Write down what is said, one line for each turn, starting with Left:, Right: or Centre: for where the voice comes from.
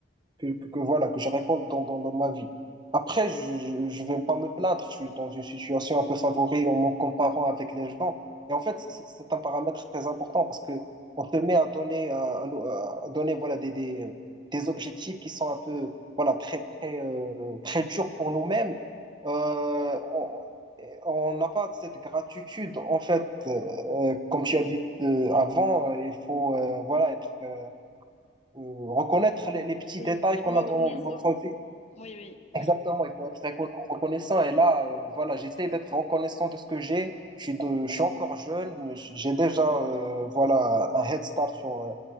Right: que, que- que voilà que je récolte dans, dans, dans ma vie. Après, je, je vais pas me plaindre. Je suis dans une situation un peu favorée en me comparant avec les gens. Et en fait, c'est c'est un paramètre très important parce que on te met à donner à, à- à donner voilà des, des des objectifs qui sont un peu voilà très très euh, très durs pour nous-mêmes. Euh, on on n'a pas cette gratitude en fait euh, comme tu as dit euh, avant, euh, il faut euh, voilà être euh, euh, reconnaître les, les petits
Left: Oui,
Right: détails qu'on
Left: reconnaissant.
Right: a dans notre vie.
Left: Oui, oui, oui.
Right: Exactement, il faut être recon- reconnaissant. Et là, euh, voilà, j'essaie d'être reconnaissant de ce que j'ai. Je suis de, je suis encore jeune. J'ai déjà euh, voilà un head start sur euh,